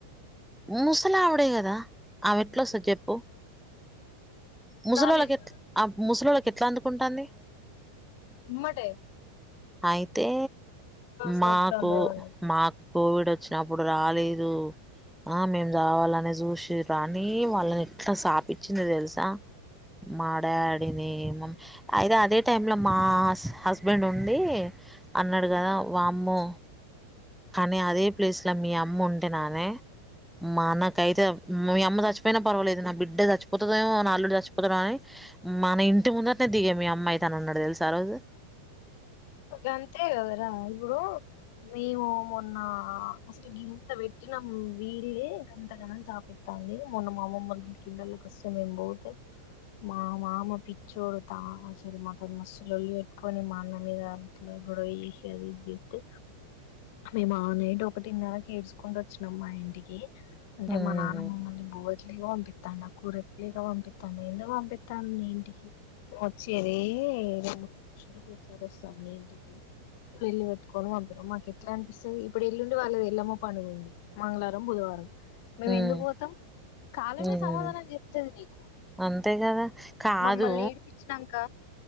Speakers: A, in the centre; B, on the left (about 50°).
A: ముసలా ఆవిడే కదా ఆమె ఎట్లు వస్తా చెప్పు ముసలోళకి
B: రాలేదు
A: ఎట్ ఆ ముసలోళకి ఎట్లా అందుకుంటుంది
B: ఇమ్మాటే
A: అయితే
B: సోకుతాందో
A: మాకు
B: వాళ్ళకి
A: మాకు కోవిడ్ వచ్చినప్పుడు రాలేదు ఆ మేం రావాలని చూసి రాని వాళ్ళని ఎట్లా స్పించింది తెలుసా మా డాడీని మమ్మీ అయితే అదే టై లో మా హస్బెండ్ ఉండి అన్నట్ అడుగదా వామ్ము కానీ అదే ప్లేస్ లో మీ అమ్మ ఉంటే నానే మా నాకైతే మీ అమ్మ చచ్చిపోతదేమో ఆన పర్వాలేదు నా బిడ్డది చచ్చిపోతే అల్లుడు చచ్చిపోతాడు అని మన ఇంటి ముందటనే దిగే మీ అమ్మాయితేనే ఉన్నాడు తెలుసి ఆ రోజు
B: ట్రైన్ సౌండ్ అంతే కదరా ఇప్పుడు మేము మొన్న అసలు గింత పెట్టిన వీళ్ళే గంతగనం చాపట్టంది మొన్న మామమ్మలు కిలలకి వస్తే మేము పోతే మా మామ పిచ్చోడుతా సరే మాకుది మస్తు లొల్లి పెట్టుకొని మా అన్న మీద గొడవ అది ఇతే మేము ఆ నైడు ఒకటిన్నెరకి ఏడ్చుకుంటూ వచ్చినం మా ఇంటికి అంటే
A: ఉమ్
B: మా నాన్న మమ్మల్ని ఉకే ఉకే పంపిస్తం కురకు లేక పంపిస్తండి ఎందుకు పంపిస్తాను నే ఇంటికి వచ్చేది రెండు మూడు సంవత్సరాలకు ఒకసారి వస్తాన ఇంటికి లొల్లి పెట్టుకొని పంపినం మాకు ఎట్లా అపిస్తుంది ఇప్పుడు ఎల్లుండి వాళ్లది ఎల్లమ్మ పండగ ఉంది మంగళవారం బుధవారం మేము
A: ఉమ్
B: ఎందుకు పోతాం కాలమే
A: ఉమ్
B: సమాధానం చెప్తది నీకు
A: అంతే కదా కాదు
B: మమ్మల్ని నేడిపచ్చాంక